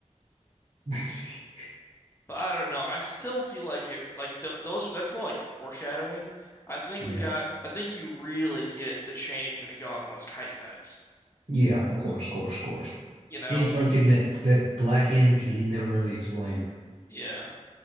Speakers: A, on the right (about 55°); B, on the left (about 20°).
A: <laughs>
B: But I don't know. I still feel like it like th those are that's more like foreshadowing. I think
A: Yeah.
B: we got I think you really get the change in Gon once Kite dies.
A: Yeah, of course, of course, of course.
B: You know?
A: And he started getting that that black energy they never really explained.
B: Yeah.